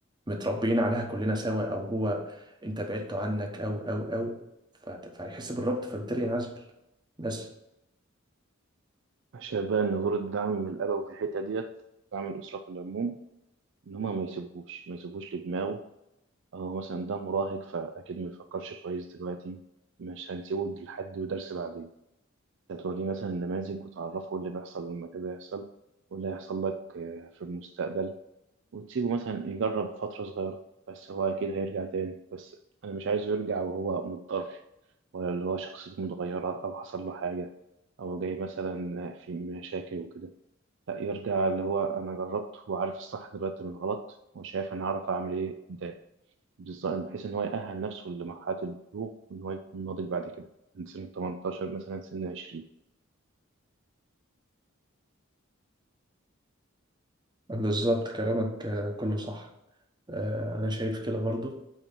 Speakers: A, on the right; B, on the right.
A: متربيين عليها كلنا سوا او هو انت بعدت عنك او او او فت- فهيحس بالربط فبالتالي ينعزل بس
B: أنا شايف بقى إن دور الدعم الأبوي في الحتة ديت دعم الأسرة في العموم إن هما ما يسيبوهوش ما يسيبوهوش لدماغه أو مثلا ده مراهق فأكيد ما يفكرش كويس دلوقتي مش هنسيبه لحد ودرس بعدين انت توريه مثلا النماذج وتعرفه ايه اللي بيحصل لما كذا يحصل واللي هيحصل لك آه، في المستقبل وتسيبه مثلا يجرب فترة صغيرة بس هو أكيد هيرجع تاني بس أنا مش عايزه يرجع وهو مضطر ولا اللي هو شخصيته متغيرة أو حصل له حاجة أو جاي مثلا في مشاكل وكده لا يرجع اللي هو أنا جربت وعارف الصح دلوقتي من الغلط وشايف أنا هعرف أعمل إيه قدام بالظبط بحيث إن هو يأهل نفسه لمرحلة البلوغ وإن هو يكون ناضج بعد كده من سن 18 مثلا سن 20
A: بالظبط كلامك آه، كله صح آه، انا شايف كده برضو